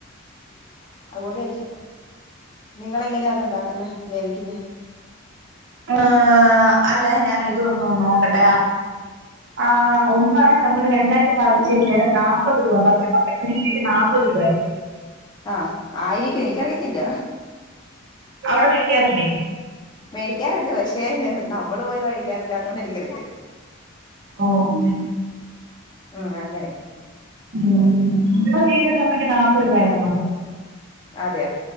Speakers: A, on the left; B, on the right.
A: അത്കൊണ്ട് ചോയിച്ചേ നിങ്ങളെങ്ങനെയാ അത് ഉണ്ടാക്ക്ന്നേ വേവിക്ക്ന്നേ
B: ആഹ് അല്ല ഞാന് ഇതൊന്നും നോക്കട്ടെ ആഹ് ഒന്ന് നമ്മള് രണ്ടായിട്ട് ഭാഗിച്ച് കഴിഞ്ഞാല് നാപ്പത് രൂപ പച്ചക്കപ്പക്ക് ഒരു കിലോയ്ക്ക് നാപ്പത് രൂപയല്ലേ
A: ആഹ് ആയിരിക്കും എനിക്കറിയത്തില്ല
B: അവിടെ മേടിക്കാറില്ലേ
A: മേടിക്കാറ്ണ്ട് പക്ഷേ നമ്മള് പോയി മേടിക്കാറില്ലാത്തൊണ്ട് എനിക്കറിയത്തില്ല
B: ഓഹ്
A: ആഹ് അങ്ങനെ
B: ഉം നമ്മളെ <unintelligible> കപ്പയ്ക്ക് നാപ്പത് രൂപയാണ് <unintelligible>
A: അതെയോ